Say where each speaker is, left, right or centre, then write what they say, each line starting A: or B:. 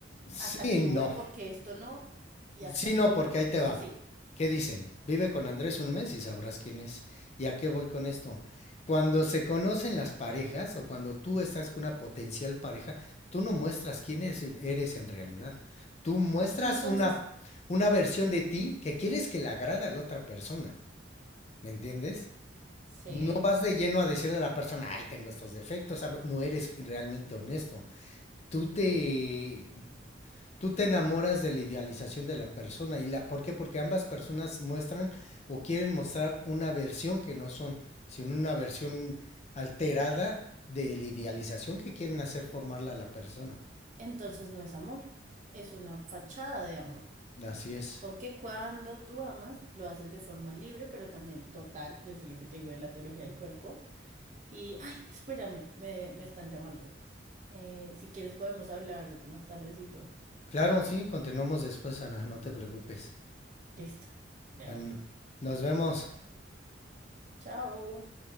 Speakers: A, on the left; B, on the right.
A: sí,
B: Hasta aquí
A: no.
B: voy porque esto no, y hasta
A: Sí,
B: aquí
A: no,
B: voy
A: porque
B: porque
A: ahí te
B: esto
A: va.
B: sí.
A: ¿Qué dicen? Vive con Andrés un mes y sabrás quién es. ¿Y a qué voy con esto? Cuando se conocen las parejas o cuando tú estás con una potencial pareja, tú no muestras quién es- eres en realidad. Tú muestras
B: Entonces,
A: una, una versión de ti que quieres que le agrade a la otra persona. ¿Me entiendes?
B: sí,
A: No vas de lleno a decirle a la persona, ay, tengo estos defectos, hago-". no eres realmente honesto. Tú te tú te enamoras de la idealización de la persona. ¿Y la, por qué? Porque ambas personas muestran o quieren mostrar una versión que no son, sino una versión alterada de la idealización que quieren hacer formarla a la persona.
B: entonces no es amor, es una fachada de amor.
A: Así es.
B: Porque cuando tú amas, lo haces de forma libre, pero también total, desde lo que te digo de la teología del cuerpo. Y, ay, espérame, me, me están llamando. Eh, si quieres podemos hablar más tardecito.
A: Claro, sí, continuamos después, Ana, no te preocupes.
B: Listo, de
A: Bueno,
B: una.
A: nos vemos.
B: Chao.